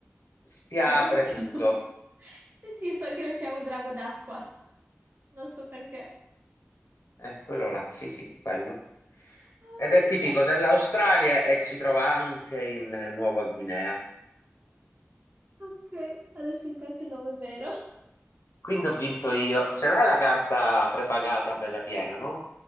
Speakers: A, on the left; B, on the right.
A: si apre
B: Perché lo chiamo?
A: tutto.
B: <laughs> Sì, sì, so che lo chiamo drago d'acqua. Non so perché.
A: Eh, quello là, sì, sì, quello.
B: Oh
A: Ed è tipico
B: mio Dio.
A: dell'Australia e si trova anche in eh, Nuova Guinea.
B: Ok, adesso imparato il nome vero.
A: Quindi ho vinto io. Ce l'hai la carta
B: Sì.
A: prepagata bella piena, no?